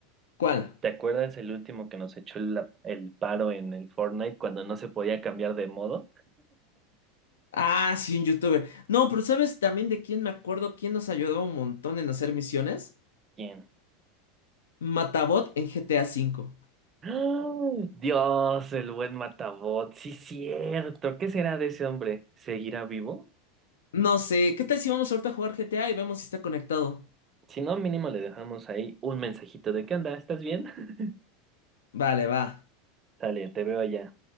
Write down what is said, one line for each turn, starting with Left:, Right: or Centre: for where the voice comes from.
Left: ¿Cuál?
Right: ¿Te acuerdas el último que nos echó el, el paro en el Fortnite cuando no se podía cambiar de modo?
Left: Ah, sí, un youtuber. No, pero ¿sabes también de quién me acuerdo? ¿Quién nos ayudó un montón en hacer misiones?
Right: ¿Quién?
Left: Matabot en GTA V.
Right: ¡Ah! Dios, el buen Matabot, sí cierto. ¿Qué será de ese hombre? ¿Seguirá vivo?
Left: No sé, ¿qué tal si vamos ahorita a jugar GTA y vemos si está conectado?
Right: Si no, mínimo le dejamos ahí un mensajito de ¿qué onda? ¿Estás bien? <laughs>
Left: Vale, va.
Right: Sale, te veo allá.